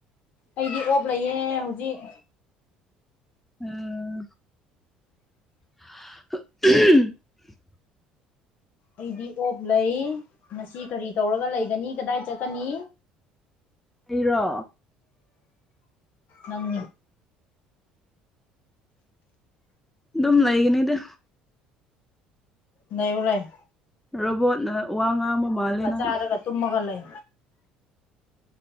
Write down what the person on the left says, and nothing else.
ꯑꯩꯗꯤ ꯑꯣꯞ ꯂꯩꯌꯦꯦ ꯍꯧꯖꯤꯛ
ꯑꯩꯗꯤ ꯑꯣꯞ ꯂꯩ ꯃꯁꯤ ꯀꯔꯤ ꯇꯧꯔꯒ ꯂꯩꯒꯅꯤ ꯀꯗꯥꯏ ꯆꯠꯀꯅꯤ
ꯅꯪ
ꯅ ꯎ ꯂꯩꯥꯏ
ꯆꯥꯔꯒ ꯇꯨꯝꯃꯒ ꯂꯩ